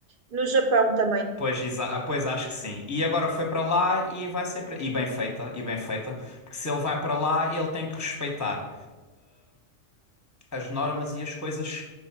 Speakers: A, on the right (about 50°); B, on the left (about 15°).
A: no Japão também.
B: Pois, exa- ah, pois acho que sim. E agora foi para lá e vai ser. pre- E bem feita, e bem feita. Porque se ele vai para lá, ele tem que respeitar as normas e as coisas